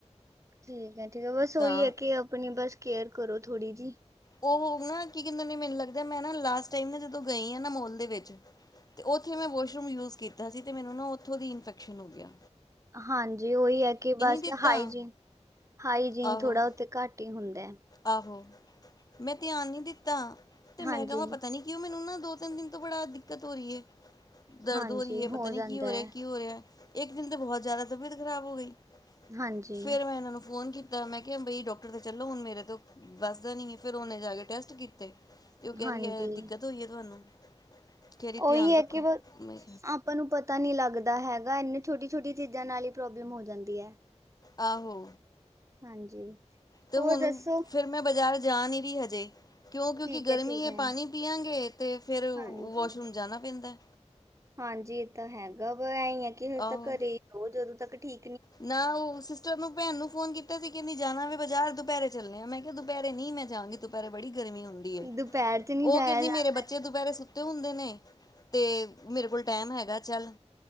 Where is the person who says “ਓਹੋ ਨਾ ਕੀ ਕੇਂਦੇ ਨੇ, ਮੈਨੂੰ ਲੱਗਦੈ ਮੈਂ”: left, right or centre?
Left